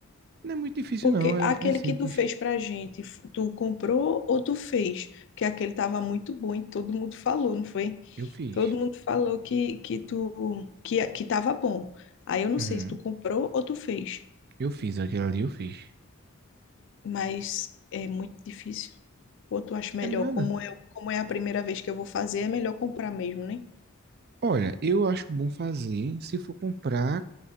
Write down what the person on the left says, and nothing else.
porque
aquele
que tu fez pra gente, f- tu comprou ou tu fez? Porque aquele tava muito bom e todo mundo falou, não foi?
Todo mundo falou que que tu que que tava bom. Aí eu não
sei se tu comprou ou tu fez,
mas é muito difícil. Ou tu acha melhor,
como eu, como é a primeira vez que eu vou fazer, é melhor comprar mesmo, né?